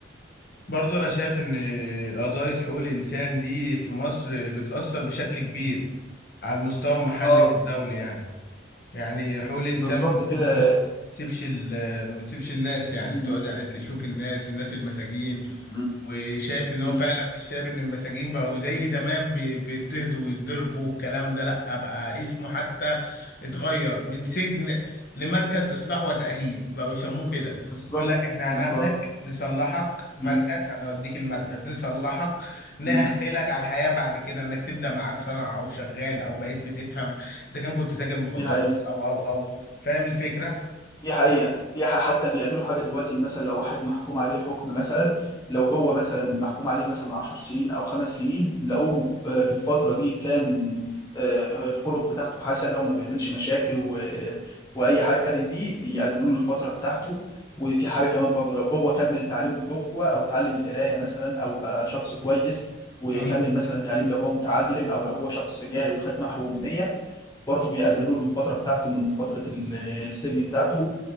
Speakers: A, on the left; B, on the left.
A: برضو انا شايف ان قضايا حقوق الانسان دي في مصر بتاثر بشكل كبير على المستوى المحلي
B: اه
A: والدولي يعني يعني حقوق الانسان
B: بالظبط
A: ما بتسيبش
B: كده
A: ما بتسيبش ال- ما بتسيبش الناس يعني
B: مم.
A: بتقعد يعني تشوف الناس الناس المساجين
B: مم.
A: وشايف ان هو
B: مم.
A: فعلا مش ساب ان المساجين بقوا زي زمان بي- بيضطهدوا ويتضربوا والكلام ده لا بقى اسمه حتى اتغير من سجن لمركز اصلاح وتأهيل بقوا يسموه كده
B: بالظبط
A: بيقول لك احنا
B: بالظبط
A: هناخدك نصلحك مركز
B: مم.
A: هنوديك المركز نصلحك نأهلك
B: مم.
A: على الحياة بعد كده انك تبدأ معاك صنعة او شغال او بقيت بتفهم اذا كان كنت تاجر مخدرات
B: دي حقيقة
A: او او او فاهم الفكره
B: دي حقيقة دي ح- حتى بيعملوا حاجة دلوقتي إن مثلا لو واحد محكوم عليه حكم مثلا لو هو مثلا محكوم عليه مثلا 10 سنين أو خمس سنين لقوه آه، في الفترة دي كان آه، الخلق بتاعته حسنة وما بيعملش مشاكل و... وأي حاجة من دي بيقللوا له الفترة بتاعته وفي حاجة كمان برضه لو هو كمل تعليمه جوه أو تعلم القراية مثلا أو بقى شخص كويس وكمل
A: امم
B: مثلا تعليم لو هو متعلم أو لو هو شخص جاهل وخد محو أمية برضه بيقللوا له الفترة بتاعته من فترة السجن بتاعته